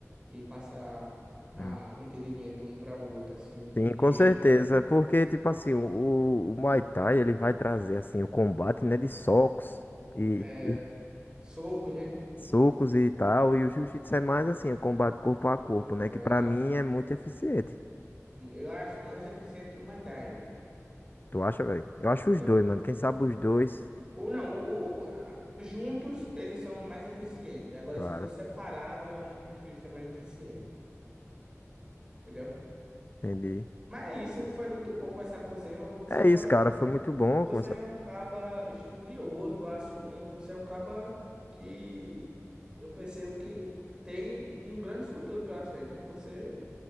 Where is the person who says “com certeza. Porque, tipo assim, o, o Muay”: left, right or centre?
Left